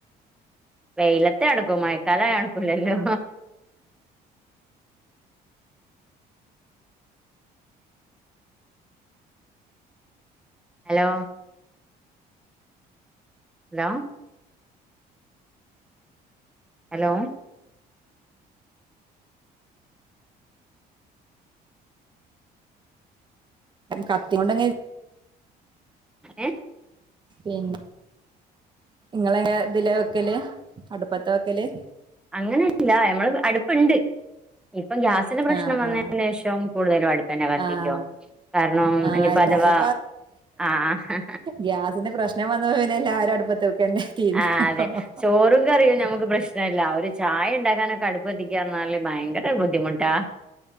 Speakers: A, in the centre; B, on the right.
A: വെയിലത്തെ നടക്കും മഴക്കാല നടക്കൂല്ല ല്ലോ? ഹലോ ഹലോ ഹലോ
B: കത്തിം കൊണ്ടെങ്ങനെ ഇര്
A: ഏഹ്
B: പിന്നെ ഇങ്ങളെങ്ങനെ ഇതിലാ വെക്കല് അടുപ്പത്താ വെക്കല്
A: അങ്ങനെല്ല നമ്മള് അടുപ്പ്ണ്ട് ഇപ്പൊ ഗ്യാസിന്റെ പ്രശ്നം
B: ആഹ്
A: വന്നേന്
B: ആഹ്
A: ശേഷം കൂടുതലും അടുപ്പന്നെ കത്തിക്കും
B: ആഹ്
A: കാരണം
B: ആഹ്
A: ഇഞ്ഞിപ്പ
B: എല്ലാരും
A: അതവാ ആഹ്ഹ്
B: ഗ്യാസ്ന്റെ പ്രശ്നം വന്നപ്പ പിന്നെ എല്ലാരും അടുപ്പത്ത് വെക്കന്നെ തിരിഞ്ഞിക്കണു
A: ആഹ് അതെ ചോറും കറിയും ഞമ്മക്ക് പ്രശ്നല്ല ഒരു ചായ ഇണ്ടാക്കാനൊക്കെ അടുപ്പ് കത്തിക്കാർഞ്ഞാല് ഭയങ്കര ബുദ്ധിമുട്ടാ